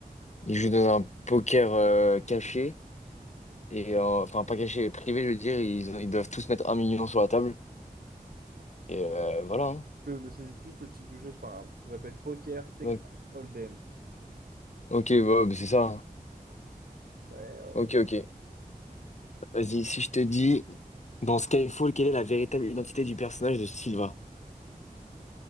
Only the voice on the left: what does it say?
il joue dans un poker euh, caché et euh, enfin pas caché, privé, je veux dire. Ils, ils doivent tous mettre un million sur la table
et euh, voilà. hein.
Ouais.
Ok, bah, bah, c'est ça. hein.
Ok,
ok. Vas-y, si je te dis dans Skyfall, quelle est la véritable identité du personnage de Silva?